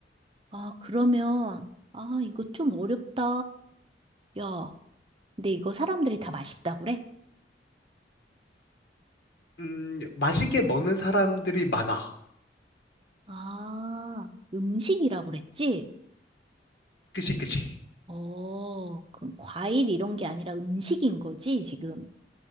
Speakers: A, on the right; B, on the left.
A: 아, 그러면, 아, 이거 좀 어렵다. 야, 근데 이거 사람들이 다 맛있다고 그래?
B: 음, 맛있게 먹는 사람들이 많아.
A: 아, 음식이라고 그랬지?
B: 그치, 그치.
A: 어, 그럼 과일 이런 게 아니라 음식인 거지, 지금?